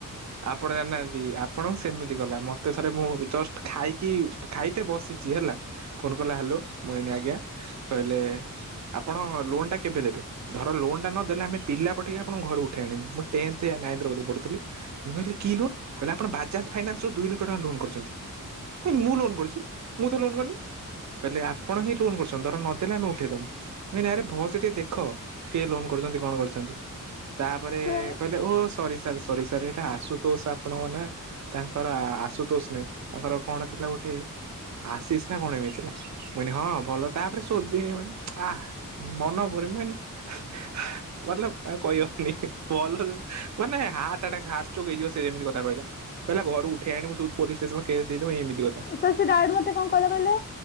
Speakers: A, on the right (about 55°); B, on the left (about 30°).
A: ଆପଣ ଜାଣିନାହାନ୍ତି ଆପଣଙ୍କୁ ସେମିତି ଗଲା ମତେ ଥରେ ମୁଁ ଜଷ୍ଟ ଖାଇକି ଖାଇତେ ବସିଛି ହେଲା ଫୋନ କଲା ହାଲୁ ମୁଁ ଏନି ଆଜ୍ଞା କହିଲେ ଆପଣ ଲୋନୋ ଟା କେବେ ଦେବେ? ଧର ଲୋନ ଟା ନ ଦେଲେ ଆମେ ପିଲା ପଠେଇକି ଆପଣଙ୍କୁ ଘରୁ ଉଠେଇ ଆଣିବ ମୁଁ <unintelligible> ପଢୁଥିଲି ମୁଁ କହିଲି କି ଲୋନ କହିଲେ ଆପଣ ବଜାଜ ଫାଇନାନ୍ସୁ ଦୁଇ ଲକ୍ଷ ଟଙ୍କା ଲୋନ କରିଛନ୍ତି। ମୁୁ କହିଲି ମୁଁ ଲୋନ କରିଛି ମୁଁ ତ ଲୋନ କରିନି। କହିଲେ ଆପଣ ହିଁ ଲୋନ କରୁଛନ୍ତି ଧର ନଦେଲେ ଆମେ ଉଠେଇଦବୁ। ମୁଁ କହିଲି ଆରେ ଭଲ ସେ ଟିକେ ଦେଖ କିଏ ଲୋନ କରୁଛନ୍ତି କଣ କରିଛନ୍ତି। ତାପରେ
B: ସେ
A: କହିଲେ ଓ ସରି ସାର ସରି ସାର ଏଟା ଆସୁ ତୋଷ ଆପଣଙ୍କ ନା? ତାଙ୍କର ଆଶୁତୋଷ ନୁହେଁ ତାଙ୍କର କଣ ଥିଲା ଗୋଟେ ଆଶିଶି ନା କଣ ଏମିତି ଥିଲା। ମୁଇଁ ହଁ ଭଲ ତାପରେ ଶୋଧୀଲି ମାନେ ଆ ମନ କରରେ <unintelligible> ମତଲବ କାହାକୁ କହିହବନି ଭଲ ମାନେ ହାଁ ଟାଟ ହାର୍ଟ ଚକ ହେଇିବ ସେ ଯେମିତି କଥା କହିଲା କହିଲା ଘରୁ ଉଠେଇ ଆଣିବୁ ଉେଇ ଆଣ ପୋଲିସ ଷ୍ଟେସ କେଶ ଦେଇଦେବୁ ଏମିତି କହିଲା।
B: ସାର ସେ ଡାଇରେଟ ମୋତେ କଣ କହିଲେ?